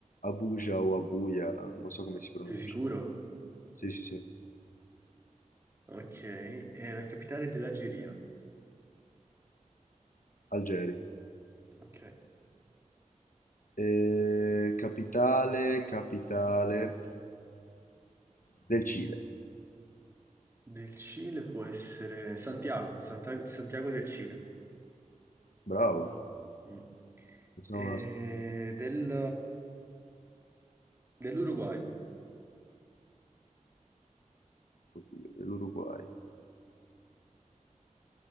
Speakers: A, on the left; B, on the right.
A: Abuja o Abuja, non so come si pronuncia.
B: Sei sicuro?
A: Sì, sì, sì,
B: Ok, è la capitale dell'Algeria.
A: Algeri.
B: Ok.
A: Eh, capitale, capitale del Cile.
B: Del Cile può essere Santiago, Santa- Santiago del Cile.
A: Bravo,
B: Mm.
A: pensavo
B: E
A: non la sapevo.
B: del- dell'Uruguay,
A: Oddio, dell'Uruguay.